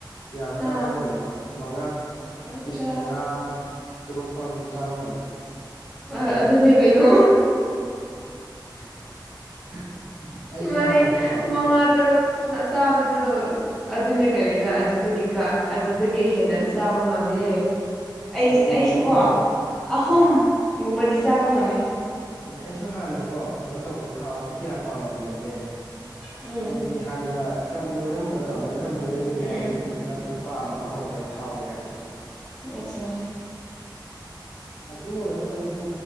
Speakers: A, on the left; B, in the centre.
A: ꯌꯥꯝ ꯆꯥꯕ
B: ꯑꯥ
A: ꯉꯝꯗꯕ ꯃꯉꯥ
B: ꯑꯠꯆꯥ
A: ꯄꯤꯁ ꯃꯉꯥ ꯇꯔꯨꯛ ꯐꯥꯎꯗꯤ ꯑꯗꯨꯝ ꯆꯥꯕ ꯉꯝꯅꯤ ꯀꯦꯞꯁꯨꯟꯗꯣ
B: ꯑ ꯑꯗꯨꯅꯦ ꯀꯩꯅꯣ
A: <inaudible> ꯑꯩꯁꯨ
B: ꯃꯔꯤ
A: ꯍꯥꯟꯅꯀꯣ
B: ꯃꯉꯥ ꯇꯔꯨꯛ ꯆꯥꯕꯗꯣ ꯑꯗꯨꯅꯦ ꯀꯔꯤꯔꯥ ꯑꯗꯨꯗꯒꯤ ꯀꯥꯏ ꯑꯗꯨꯗꯒꯤ ꯍꯦꯟꯅ ꯆꯥꯕ ꯉꯝꯗꯦ ꯑꯦ ꯑꯩ
A: ꯑꯗꯨꯅꯦ
B: ꯑꯩꯁꯨꯀꯣ
A: ꯑꯗꯨꯗꯤ ꯍꯦꯟ
B: ꯑꯍꯨꯝꯒꯨꯝꯕꯗꯤ
A: ꯍꯣꯏ
B: ꯆꯥꯕ ꯉꯝꯃꯦ
A: ꯎꯝ ꯑꯩꯁꯨ ꯍꯥꯟꯅꯀꯣ ꯀꯩꯅꯣ ꯇꯧꯕꯅꯦ ꯊꯥꯎꯁꯦ
B: ꯎꯝ
A: ꯀꯌꯥ ꯄꯥꯝꯃꯝꯗꯕꯅꯦ
B: ꯎꯝ
A: ꯑꯩꯗꯤ ꯍꯥꯟꯅ ꯈꯔ ꯅꯣꯏꯔꯝꯕꯗꯣ ꯅꯣꯏꯔꯝ ꯑꯗꯨꯗꯒꯤꯅꯦ
B: ꯎꯝ
A: ꯑꯗꯨꯗꯒꯤ ꯈꯔ ꯑꯗꯨꯝ ꯄꯥꯝꯕ ꯍꯧꯔꯦꯕ ꯊꯥꯎ ꯀꯩꯀꯥꯁꯦ
B: ꯑꯆꯥ
A: ꯑꯗꯨ ꯑꯣꯏꯔꯁꯨ ꯑꯩꯗꯤ